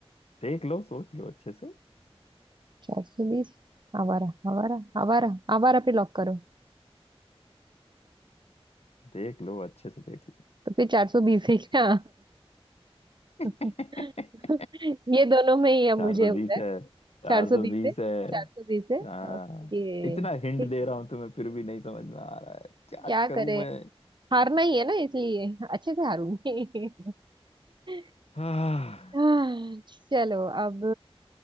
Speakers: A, on the left; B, on the right.
A: देख लो सोच लो अच्छे से
B: चार सौ बीस आवारा आवारा आवारा आवारा पे लॉक करो
A: देख लो अच्छे से देख लो
B: तो फिर चार सौ बीस है क्या
A: <laughs>
B: <laughs> ये दोनों में ही अब
A: चार
B: मुझे
A: सौ
B: हो
A: बीस
B: रहा
A: है
B: है
A: चार
B: चार सौ
A: सौ
B: बीस
A: बीस
B: है
A: है
B: चार सौ बीस है
A: हाँ,
B: ओके
A: इतना
B: ठीक
A: हिंट दे
B: है
A: रहा हूं तुम्हें फिर भी नहीं समझ में आ रहा है क्या
B: क्या
A: करूं
B: करे
A: मैं
B: हारना ही है ना इसलिए अच्छे से हारूंगी <laughs>
A: हाँ
B: आह, चलो अब